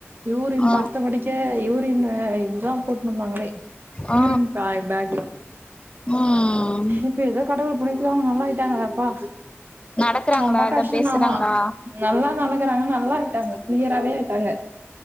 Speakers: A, on the right (about 45°); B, on the left (about 20°).
A: யூவ்ரின்
B: ஆ
A: படுத்த படிக்க யூவ் யூரின்வேர இதுதான் போட்ணு இருந்தாங்களே
B: ஆ
A: யூரின்பாய் பேக்கு
B: ம்
A: இப்ப ஏதோ கடவுள் புண்ணியத்துல அவங்க நல்லா ஆயிட்டாங்காப்பா
B: நடக்கறாங்களா
A: ரொம்ப
B: இல்ல
A: கஷ்டம்நான
B: பேசுறாங்களா
A: நல்லா நனக்கிறாங்கனுன நல்லா ஆட்டாங்க கிலியரவே ஆயிட்டாங்க